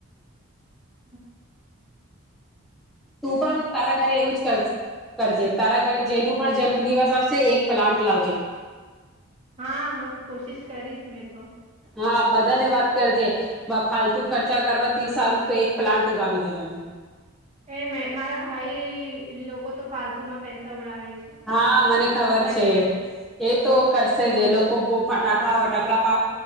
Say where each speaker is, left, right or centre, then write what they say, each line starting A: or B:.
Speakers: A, on the right (about 30°); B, in the centre.
A: હ
B: તું પણ તારા ઘરે એવું જ કરજે તારા ઘરે જેનું પણ જન્મ દિવસ આવશે એક પ્લાન્ટ લાવજે
A: હા હા કોશિશ કરીશ મેં તો
B: હા બધાને વાત કરજે ફાલતુ ખર્ચા કરવાથી સારું તો એક પ્લાન્ટ ઉગાવી દેવાનું
A: એ મે મારા ભાઈ લોકો તો ફાલતુ માં પૈસા ઉડાવે છે
B: હા
A: ફક્ત
B: મને ખબર
A: બર્થડેમાં
B: છે એ તો કરશે જ એ લોકો બહુ ફટાકડા વટાકડા